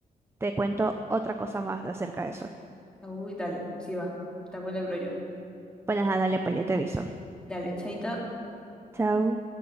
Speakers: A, on the right; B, in the centre.
A: te cuento otra cosa más acerca de eso.
B: Uy, dale, sí va. Está bueno el brollo.
A: Bueno, ajá, dale, pues yo te aviso.
B: Dale, chaito.
A: Chao.